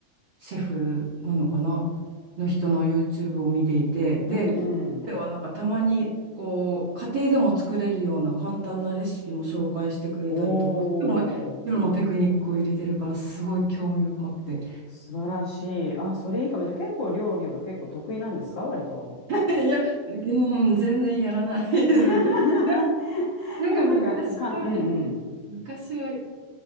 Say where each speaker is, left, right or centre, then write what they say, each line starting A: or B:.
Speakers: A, on the right; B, on the left.
A: シェフなのかなの人の YouTube を見ていて、で、
B: うん、うん。
A: 彼はなんかたまにこう、家庭でも作れるような簡単なレシピも紹介してくれたりとか、
B: おー、
A: でも、プロのテクニックを入れてるからすごい興味深くて。
B: 素晴らしい。あ、それいいかも。じゃあ結構料理は結構得意なんですか割と。
A: <laughs> いや、うん、全然やらないです。
B: <laughs>
A: <laughs> なんか昔は、
B: でもなんか、かん、うんうん。
A: うん昔はい